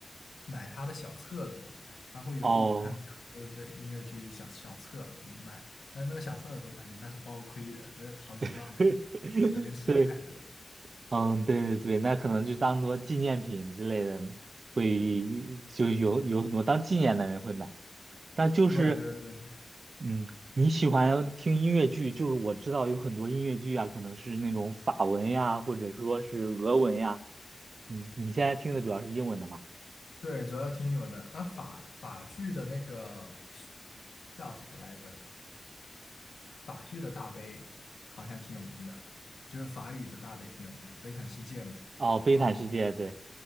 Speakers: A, on the left; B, on the right.
A: 买他的小册子嘛，他会有那种汉堡或者这音乐剧小小册子，
B: 哦，
A: 你买，但那个小册子我感觉那是包亏的，那好几磅呢，
B: <laughs>
A: 我有点舍不太得。
B: 对，嗯，对对对，那可能就当做纪念品之类的，会就有有很多当纪念的人会买。但就是，
A: 对对对
B: 嗯，你喜欢听音乐剧，就是我知道有很多音乐剧啊，可能是那种法文呀，或者说是俄文呀。你你现在听的主要是英文的嘛？
A: 对，主要听英文的，而法法剧的那个叫什么来着？法剧的大悲好像挺有名的，就是法语的大悲挺有名的，《悲惨世界》嘛。
B: 哦，《悲惨世界》对，
A: 哦，